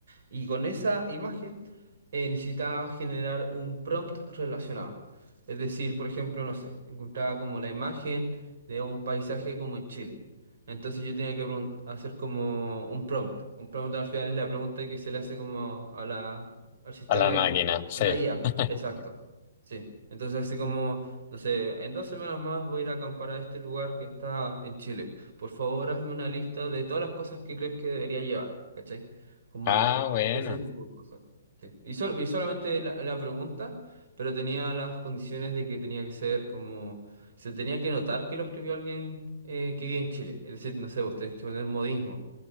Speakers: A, on the right; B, on the left.
A: Y con esa imagen eh, necesitaba generar un prompt relacionado. Es decir, por ejemplo, no sé, encontraba como la imagen de un paisaje como en Chile. Entonces yo tenía que pregun- hacer como un prompt. Un prompt al final es la pregunta que se le hace como a la al sistema,
B: A la máquina, sí.
A: a la IA,
B: <laughs>
A: exacto. Sí, entonces así como, no sé, en dos semanas más voy a ir a acampar a este lugar que está en Chile. Por favor, hazme una lista de todas las cosas que crees que debería llevar, ¿cachai? Como
B: Ah, bueno.
A: ese tipo de cosas. Sí. Y, sol- y solamente la, la pregunta, pero tenía las condiciones de que tenía que ser como, se tenía que notar que lo escribió alguien eh, que vive en Chile. Es decir, no sé, vos tenés que poner modismo.